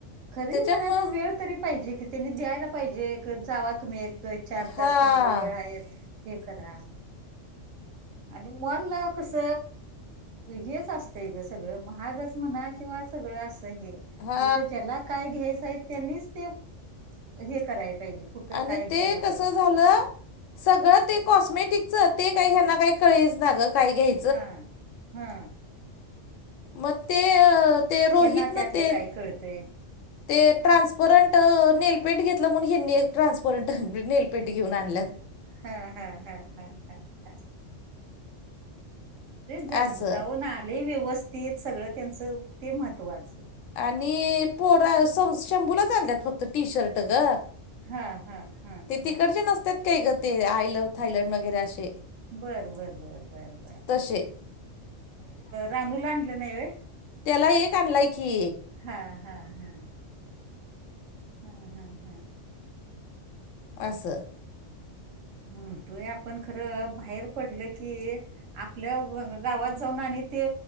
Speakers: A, on the right (about 80°); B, on the left (about 80°).
A: खरेदी
B: त्याच्यामुळं
A: करायला वेळ तरी पाहिजे की, त्यांनी द्यायला पाहिजे जावा तुम्ही एक चार
B: हा
A: तास तुम्हाला वेळ आहे हे करा. आणि मॉलला कस हेच असतंय ग सगळं महागच म्हणा किंवा सगळ अस हे,
B: हा
A: इथ ज्याला काय घ्यायचय, त्यांनीच ते हे कराय पाहिजे. कुठं
B: आणि
A: काय घ्यायला
B: ते
A: पाहिजे
B: कसं झालं? सगळं ते कॉस्मेटिकच, ते काही हेंना काही कळेच ना ग काही घ्याय
A: हा, हा.
B: मग ते, ते रोहितन
A: यांना त्यातलं
B: ते
A: काय कळतंय
B: ते ट्रान्सपरंट नेलपेंट घेतलं म्हणून, ह्यांनी एक ट्रान्सपरंट नेलपेंट घेऊन आणल्यात.
A: हा, हा, हा, हा. जग
B: असं
A: जाऊन आलेय, व्यवस्थित सगळं त्यांचं ते महत्त्वाचं.
B: आणि पोरा स शंभूला चालल्यात फक्त टी शर्ट ग.
A: हा, हा. हा
B: ते तिकडचे
A: हा
B: नसतात काही ग, ते आयल थायलंड वगैरे अशे,
A: बर बर बर बर बर
B: तशे.
A: रानूला आणलं नाही होय?
B: त्याला एक आणलाय की.
A: हा, हा, हा. हं, हं, हं.
B: आस.
A: म्हणतोय आपण खरं, बाहेर पडलं की आपल्या गावात जाऊन आणि ते